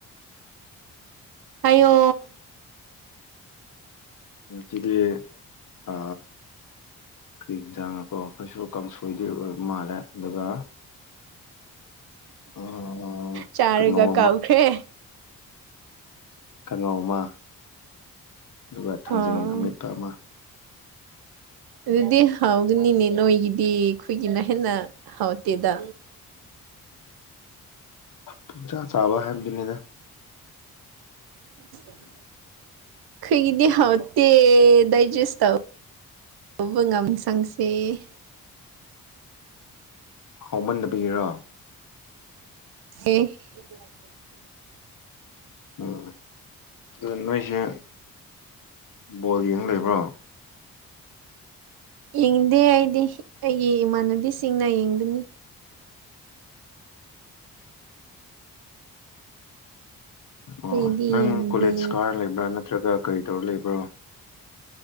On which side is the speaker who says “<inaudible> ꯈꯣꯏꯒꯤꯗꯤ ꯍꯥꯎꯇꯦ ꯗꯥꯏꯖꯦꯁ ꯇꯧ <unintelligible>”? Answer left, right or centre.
Right